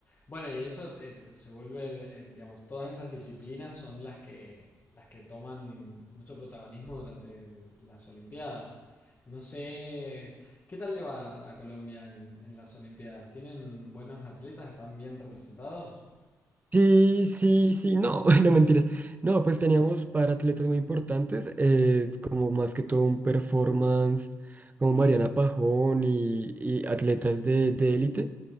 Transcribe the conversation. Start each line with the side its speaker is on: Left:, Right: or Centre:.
Left: Bueno, y eso eh, se vuelve, eh, digamos, todas esas disciplinas son las que, las que toman mucho protagonismo durante las Olimpiadas. No sé, ¿qué tal le va a Colombia en, en las Olimpiadas? ¿Tienen buenos atletas? ¿Están bien representados?
Right: Sí, sí, sí, no, <laughs> no mentiras. No, pues teníamos para atletas muy importantes, eh, como más que todo un performance, como Mariana Pajón y, y atletas de, de élite.